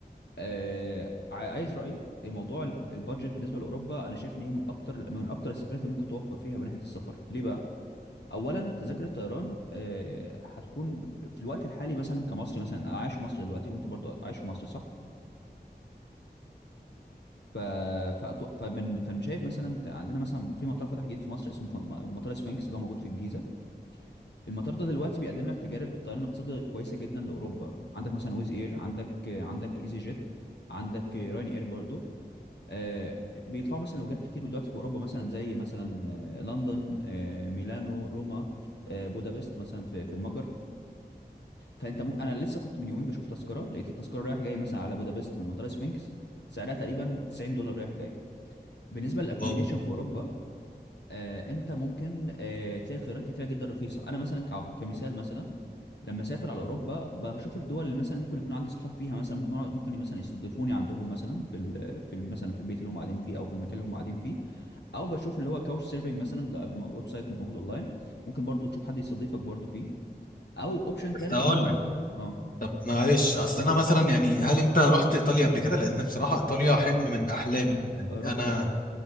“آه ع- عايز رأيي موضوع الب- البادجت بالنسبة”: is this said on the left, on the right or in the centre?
Left